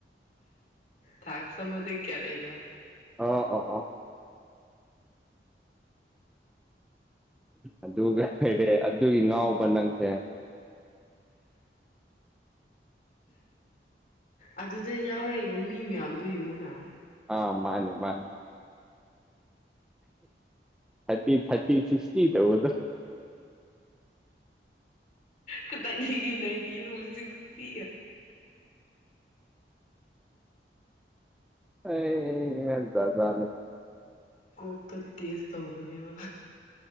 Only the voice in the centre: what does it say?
ꯑꯣ ꯑꯣ ꯑꯣ ꯑꯗꯨꯒ ꯑꯣꯏꯔꯦ ꯑꯗꯨꯒꯤ ꯉꯥꯎꯕ ꯅꯪꯁꯦ
ꯑ ꯃꯥꯅꯦ ꯃꯥꯅꯦ ꯊꯥꯇꯤ ꯊꯥꯇꯤ ꯁꯤꯛꯁꯇꯤ ꯇꯧꯕꯗꯣ
ꯑꯩ ꯖꯥꯠ ꯖꯥꯠꯅꯦ